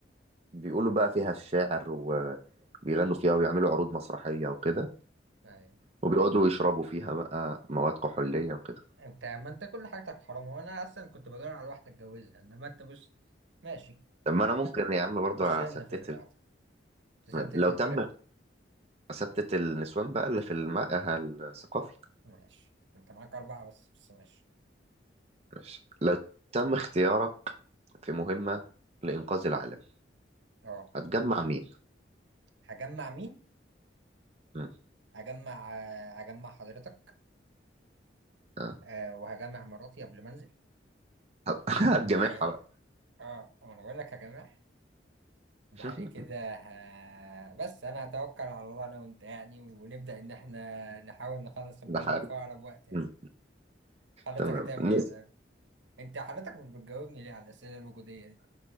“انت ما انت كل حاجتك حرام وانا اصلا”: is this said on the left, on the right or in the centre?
Right